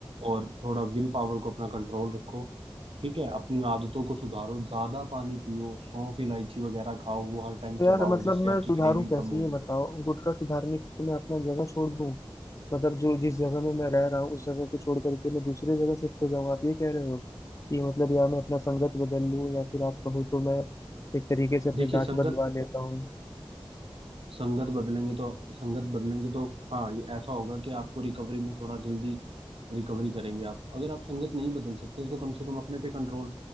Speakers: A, on the right; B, on the left.
A: और थोड़ा विल पावर को अपना कंट्रोल रखो ठीक है अपनी आदतों को सुधारो ज्यादा पानी पियो सौंफ इलायची वगैरह खाओ वो हर टाइम
B: तो
A: चबाओ
B: यार मतलब
A: जिससे
B: मैं
A: आपकी
B: सुधारूं
A: क्रेविंग
B: कैसे
A: कम होगी
B: ये बताओ गुटखा सुधारने के लिए मैं अपना जगह छोड़ दूं मतलब जो जिस जगह में मैं रह रहा हूँ उस जगह को छोड़ करके मैं दूसरे जगह शिफ्ट हो जाऊँ आप ये कह रहे हो कि मतलब या मैं अपना संगत बदल लूं या फिर आप कहो तो मैं एक तरीके से अपने
A: देखिए
B: दांत
A: संगत
B: बदलवा लेता हूँ
A: संगत बदलेंगे तो संगत बदलेंगे तो हाँ ये ऐसा होगा कि आपको रिकवरी में थोड़ा जल्दी रिकवरी करेंगे आप अगर आप संगत नहीं बदल सकते तो कम से कम अपने पे कंट्रोल